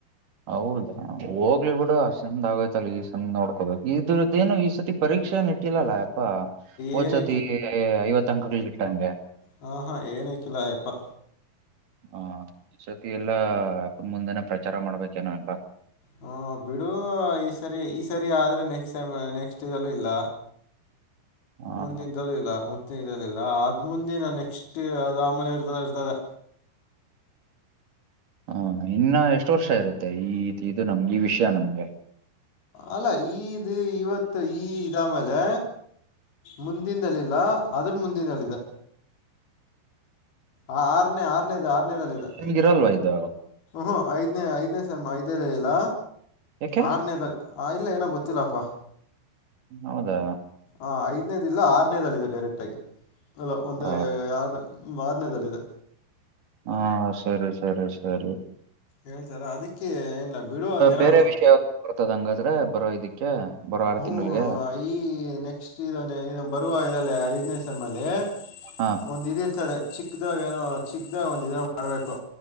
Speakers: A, on the right; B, on the left.
A: ಹೌದಾ ಹೋಗ್ಲಿ ಬಿಡು ಆ ಚಂದ್ ಆಗಯತಲ್ಲ ಈ ಸಂದ್ ನೋಡ್ಕೋಬೇಕು ಇದ್ರದ್ದೇನು ಈ ಸತಿ ಪರೀಕ್ಷೆ ಶಿಕ್ಷೆನ್ ಇಟ್ಟಿಲ್ಲಲ್ಲ ಅಪ್ಪಾ
B: ಏನೂ
A: ಹಚ್ತಿ ಐವತ್ತು ಅಂಕಗಳ ಇಟ್ಟಂಗೆ
B: ಹ ಹಾ ಏನಕ್ಕಿಲ್ಲಯಪ್ಪಾ
A: ಹಾ ಈತಿ ಎಲ್ಲ ಅಪನ್ ಮುಂದೆನೆ ಪ್ರಚಾರ ಮಾಡ್ಬೇಕೇನ ಎಲ್ಲ
B: ಹ್ಮ ಬಿಡು ಈ ಸರಿ ಈ ಸರಿ ಆದ್ರೆ ನೆಕ್ಸ್ಟ್ ಟೈಮ್ ನೆಕ್ಸ್ಟ್ ಇದಲ್ಲೂ ಇಲ್ಲ
A: ಹ
B: ಮುಂದಿನಲೂ ಇಲ್ಲ ಮ ಇರದಿಲ್ಲ ಅದ್ ಮುಂದಿನ ನೆಕ್ಸ್ಟ್ ಅದು ಆಮೇಲೆ ಇರ್ತದ ಇರ್ತದ <unintelligible>
A: ಹ ಇನ್ನ ಎಷ್ಟು ವರ್ಷ ಇರುತ್ತೆ ಈ ಇದು ನಮ್ಗೆ ಈ ವಿಷಯ ನಮ್ಗೆ
B: ಅಲ್ಲ ಈದು್ ಇವತ್ತು ಈ ಇದಮೇಲೆ ಮುಂದಿಂದಲಿಲ್ಲ ಆದ್ರ ಮುಂದಿನಲ್ಲಿದೆ ಆ ಆರ್ನೇ ಆರನೇದ ಆರನೇದಲ್ಲದಾ
A: ನಿಮ್ಗೆ ಇರಲ್ವಾ ಇದು
B: ಹ್ಮ ಐದನೇ ಐದನೇ ಸ ಐದನೇದ ಇಲ್ಲ
A: ಯಾಕೆ
B: ಆರನೇ ಇಲ್ಲ ಪೊತ್ತಲಪ್ಪ
A: ಹೌದಾ
B: ಹಾಂ ಐದನೇದುಲ್ಲ ಆರನೇದಲ್ಲಿದೆ ಡೈರೆಕ್ಟಾಗಿ ಅಲ ಒಂದು
A: ಹ
B: ಯಾರನೇ ಮಾರನದಲ್ಲಿದೆ
A: ಹಾ ಸರಿ ಸರಿ ಸರಿ
B: ಹೇಳ್ತಾರ ಅದಕ್ಕೆ ಏನಿಲ್ಲ ಬಿಡು ಅದೇನೋ
A: ಬೇರೆ
B: ಅವ್ನು ಮಾ-
A: ವಿಷಯ ಬರ್ತದ ಹಂಗಾದ್ರೆ ಬರೋ ಇದಕ್ಕೆ ಬರೋ ಆರು
B: ಹ್ಞೂ
A: ತಿಂಗಳಿಗೆ
B: ಈ ನೆಕ್ಸ್ಟ್ ಇದ ಬರುವ ಇದಲ್ಲಿ ಐದನೇ ಸ ಎಮ್ ಅಲ್ಲಿ
A: ಹಾ
B: ಒಂದು ಇದ ಹತಾರೆ ಚಿಕ್ದಾಗ ಏನೋ ಚಿಕ್ಕದಾಗ ಒಂದಿನ ಮಾಡ್ಬೇಕು